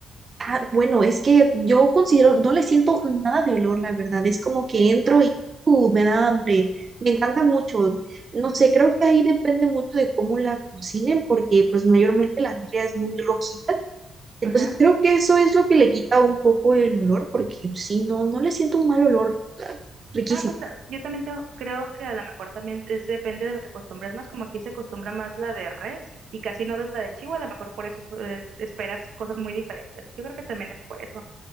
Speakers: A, on the right (about 35°); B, on the right (about 75°).
A: Ah, bueno, es que yo considero, no le siento nada de olor, la verdad. Es como que
B: Guau.
A: entro y uh, me da hambre. Me encanta mucho. No sé, creo que ahí depende mucho de cómo la cocinen, porque pues mayormente la birria es muy rojita. Entonces
B: Ajá.
A: creo que eso es lo que le quita un poco el olor, porque pues, sí, no, no le siento un mal olor. Riquísimo.
B: Ah, pues ta- yo también tengo- creo que a lo mejor también es depende de lo que acostumbres más, como aquí se acostumbra más la de res y casi no ves la de chivo, a lo mejor por eso eh, esperas cosas muy diferentes. Yo creo que también es por eso.